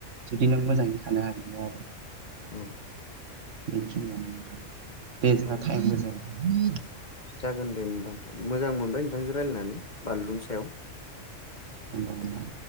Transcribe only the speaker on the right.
जुदि नों मोजाङै थानो हायोबा आरो।
बेखिनियानो नोंथां बे जोंहा
टाइमबो जाया
होनबा